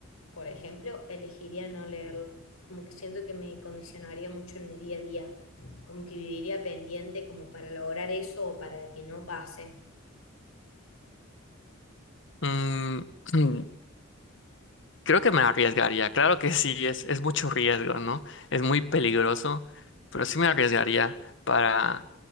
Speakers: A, on the left (about 80°); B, on the left (about 60°).
A: por ejemplo, elegiría no leerlo. Como que siento que me condicionaría mucho en mi día a día, como que viviría pendiente como para lograr eso o para que no pase.
B: Mm, <clears throat> mm, creo que me arriesgaría. Claro que sí, es, es mucho riesgo, ¿no? Es muy peligroso, pero sí me arriesgaría para,